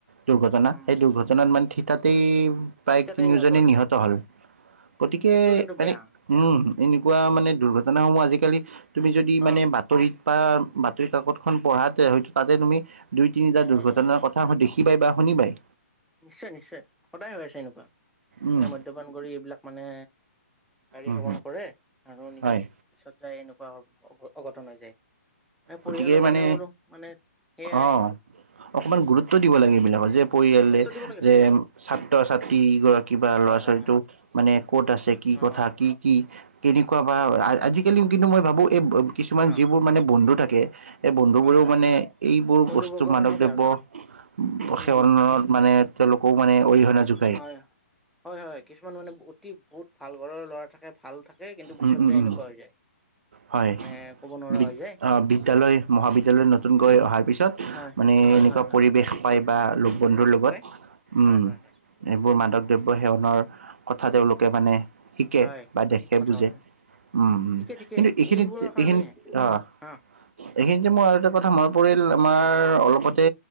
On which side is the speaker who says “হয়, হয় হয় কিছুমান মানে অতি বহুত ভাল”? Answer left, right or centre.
Centre